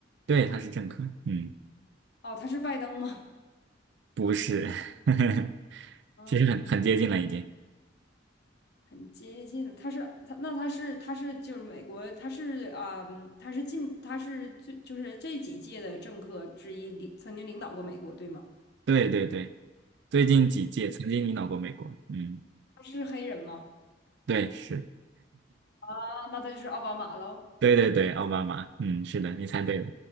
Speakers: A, on the right; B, on the left.
A: 对，他是政客，嗯，
B: 哦，他是拜登吗？
A: 不是，<laughs>
B: 啊
A: 其实很很接近了已经，
B: 很接近，他是他那他是他是就是美国，他是啊、嗯他是近他是最就是这几届的政客之一，领曾经领导过美国，对吗？
A: 对对对，最近几届曾经领导过美国，嗯，
B: 他是黑人吗？
A: 对是，
B: 啊，那他就是奥巴马喽。
A: 对对对，奥巴马，嗯，是的，你猜对了，